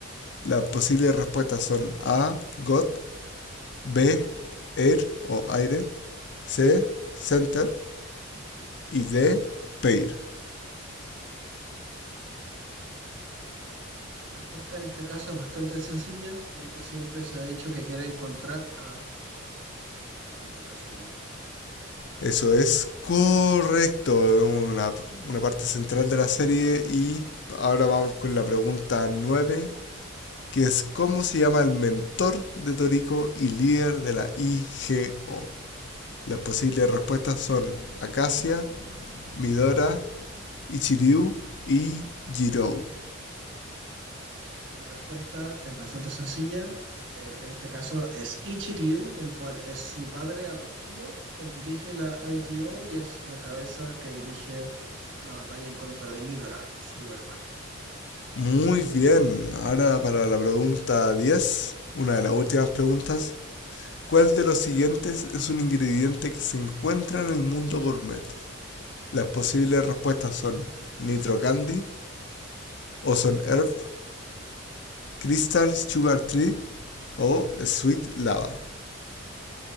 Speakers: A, on the left (about 55°); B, on the right (about 60°).
A: Las posibles respuestas son A, God, B, Air o aire, C, Center y D, Pair.
B: La respuesta en este caso es bastante sencilla. Toriko siempre se ha dicho que quiere encontrar a God para completar su menú completo.
A: Eso es correcto, una, una parte central de la serie y ahora vamos con la pregunta nueve. que es cómo se llama el mentor de Toriko y líder de la IGO. Las posibles respuestas son Acacia, Midora, Ichiryu y Jirou.
B: La respuesta es bastante sencilla. Eh, en este caso es Ichiryu, el cual es su padre adoptivo. Él dirige la IGO y es la cabeza que dirige la batalla en contra de Midora, su hermano.
A: Muy bien, ahora para la pregunta 10, una de las últimas preguntas. ¿Cuál de los siguientes es un ingrediente que se encuentra en el mundo gourmet? Las posibles respuestas son Nitro Candy, Ozone Herb, Crystal Sugar Tree o Sweet Lava.